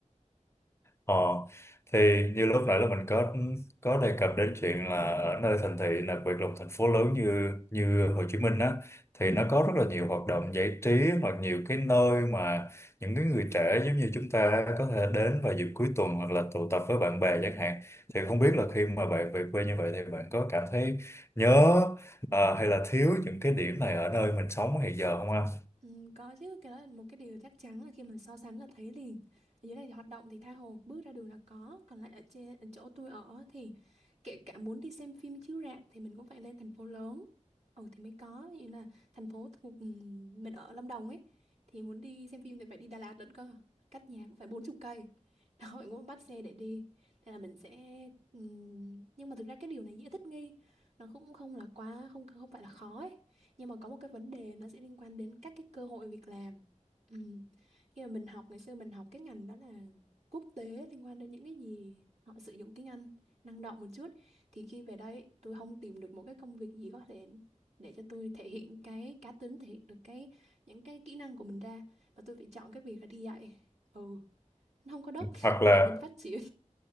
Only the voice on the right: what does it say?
Ừ, có chứ cái đó là một cái điều chắc chắn là khi mà so sánh là thấy liền ở dưới này thì hoạt động thì tha hồ bước ra đường là có còn lại ở trên ở chỗ tôi ở thì kể cả muốn đi xem phim chiếu rạp thì mình cũng phải lên thành phố lớn ồ thì mới có như là thành phố thuộc ừm, mình ở Lâm Đồng ấy thì muốn đi xem phim thì phải đi Đà Lạt lận cơ cách nhà cũng phải bốn chục cây <laughs> đó mình cũng bắt xe để đi nên là mình sẽ ừm, nhưng mà thực ra cái điều này dễ thích nghi nó cũng không là quá không không phải là khó ấy nhưng mà có một cái vấn đề nó sẽ liên quan đến các cái cơ hội việc làm ừ. khi mà mình học ngày xưa mình học cái ngành đó là quốc tế liên quan đến những cái gì họ sử dụng tiếng Anh năng động một chút thì khi về đây tôi không tìm được một cái công việc gì có thể để cho tôi thể hiện cái cá tính thể hiện được cái những cái kỹ năng của mình ra và tôi phải chọn cái việc là đi dạy ừ nó không có đất
<laughs> để
mình phát triển